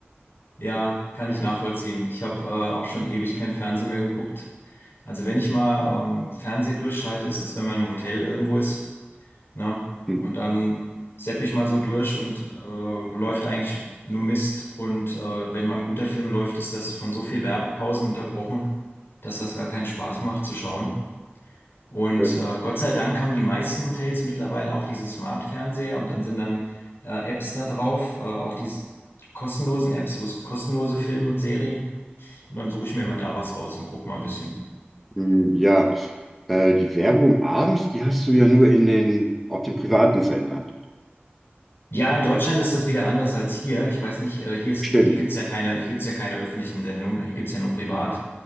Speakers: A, on the left; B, in the centre.
A: Ja, kann ich nachvollziehen.
B: Also,
A: Ich habe äh, auch schon ewig kein Fernsehen mehr geguckt. Also wenn ich mal ähm, Fernsehen durchschalte, ist das, wenn man im Hotel irgendwo ist. Ne?
B: Hm,
A: Und dann sepp ich mal so durch und äh, läuft eigentlich nur Mist. Und äh, wenn mal ein guter Film läuft, ist das von so viel Werbepausen unterbrochen, dass das gar keinen Spaß macht zu schauen. Und
B: äh,
A: äh, Gott sei Dank haben die meisten Hotels mittlerweile auch diese Smart-Fernseher und dann sind dann äh, Apps da drauf, äh, auch diese kostenlosen Apps, wo es kostenlose Filme und Serien. Und dann suche ich mir immer da was raus und gucke mal ein bisschen.
B: hm, Ja, äh, die Werbung abends, die hast du ja nur in den, auf den privaten Sendern.
A: Ja, in Deutschland ist das wieder anders als hier. Ich weiß nicht, äh, hier ist,
B: Stimmt.
A: hier gibt's ja keine, hier gibt's ja keine öffentlichen Sendungen, hier gibt's ja nur privat.